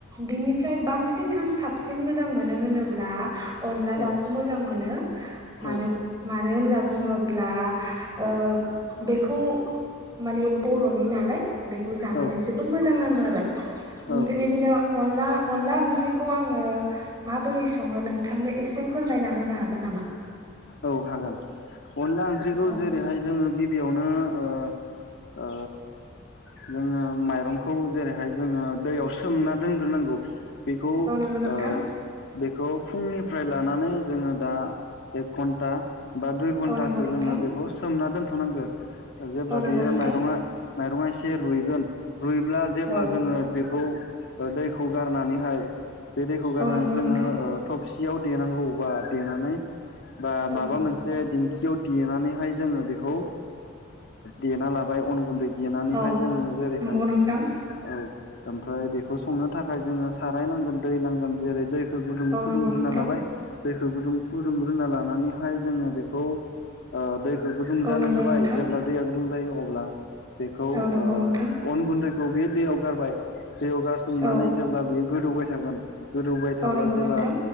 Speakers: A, on the right; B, on the left.
A: बिनिफ्राय बांसिन आं साबसिन मोजां मोनो होनोब्ला अनला दाउखौ
B: औ
A: मोजां मोनो
B: औ
A: मानो मानो होनना बुङोब्ला ओ बेखौ माने ओ बर'नि नालाय बेखौ जानानै
B: औ
A: जोबोर मोजां नाङो आरो बेबायदिनो
B: औ
A: अनला अनला ओंख्रिखौ आङो माबोरै सङो नोंथांनो एसे फोरमायना होनो हागोन नामा? नामा
B: औ हागोन अनला ओंख्रिखौ
A: औ
B: जेरैहाय जोङो गिबियावनो ओ ओ जोङो माइरंखौ जेरैहाय जोङो दैयाव सोमना दोनग्रोनांगौ। बेखौ आ
A: नंगौ नोंथां
B: बेखौ फुंनिफ्राय लानानै जोङो दा एक घन्टा बा दुइ घन्टासो
A: औ नंगौ नोंथां
B: जोङो बेखौ सोमना दोनथ'नांगौ। जेब्ला
A: औ नंगौ
B: बियो
A: नोंथां
B: माइरङा माइरङा एसे रुइगोन रुइब्ला जेब्ला
A: औ
B: जोङो बेखौ दैखौ गारनानैहाय बे दैखौ गारनानै
A: औ नंगौ
B: जोङो
A: नोंथां
B: थबसियाव देनांगौ बा देनानै बा
A: औ
B: माबा
A: नंगौ
B: मोनसे
A: नोंथां
B: दिंखियाव देनानैहाय जोङो बेखौ देना ओ लाबाय अन गुन्दै देनानैहाय
A: औ
B: जोङो जेरैहाय
A: नंगौ नोंथां
B: औ ओमफ्राय बेखौ संनो थाखाय जोङो साराय नांगोन दै नांगोन जेरै दै गुदुं
A: औ
B: फुदुंग्रोना
A: नंगौ नोंथां
B: लाबाय दैखौ गुुदुं फुदुंग्रोना लानानै हाय जोंङो बेखौ ओ दै गुदुं
A: औ
B: जानो
A: नंगौ
B: होबाय
A: नोंथां
B: जेब्ला दैया गुदुं जायो अब्ला बेखौ ओ
A: औ नंगौ नोंथां
B: अन गुन्दै खौ बे दैयाव गारबाय दैयाव गारसोमनानै
A: औ
B: जेब्ला बियो गोदौबाय थागोन गोदौबाय थाब्ला
A: औ नंगौ
B: जेब्ला
A: नोंथां